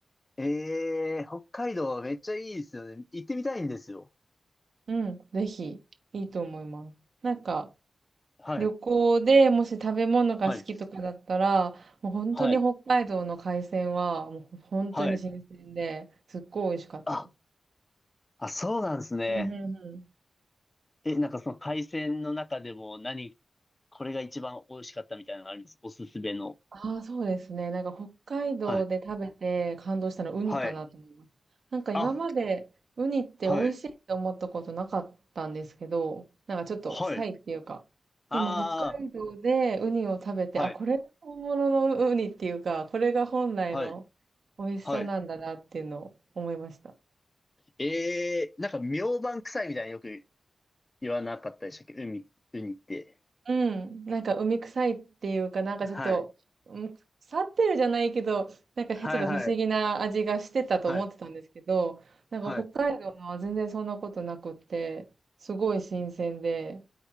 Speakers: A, on the left; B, on the right.
A: えー、北海道めっちゃいいですよね。行ってみたいんですよ。
B: うん、ぜひ、いいと思います。なんか、
A: はい、
B: 旅行でもし食べ物が好きとかだったら、
A: はい、
B: もう本当に北海道の海鮮は、
A: はい、
B: もう本当に新鮮で、
A: はい。
B: すっごい美味しかったです。
A: あ、あ、そうなんですね。
B: うんうんうん。
A: え、なんかその海鮮の中でも何、これが一番美味しかったみたいなのありますおすすめの。
B: ああ、そうですね。なんか北海道で食べて感動したのはウニかなと思います。
A: はい、はい。
B: なんか今までウニって美味しいって思ったことなかったんですけど、
A: あ、はい、
B: なんかちょっと臭いっていうか。
A: はい。あ
B: でも北海道でウニを食べて、
A: あ、
B: あ、
A: はい、
B: これが本物のウニっていうか、これが本来の
A: はい、
B: 美味しさなんだなっていうのを思いました。
A: はい。ええーなんか明晩臭いみたいなよく言わなかったでしたっけ海、ウニって。
B: うん、なんか海臭いっていうか、なんかちょっと、
A: はい。
B: うん、腐ってるじゃないけど、なんかへちょっと不思議な味がしてたと思ってたんですけど、
A: はいはい。はい。
B: なんか北海道のは全然そんなことなくって、
A: はい。
B: すごい新鮮で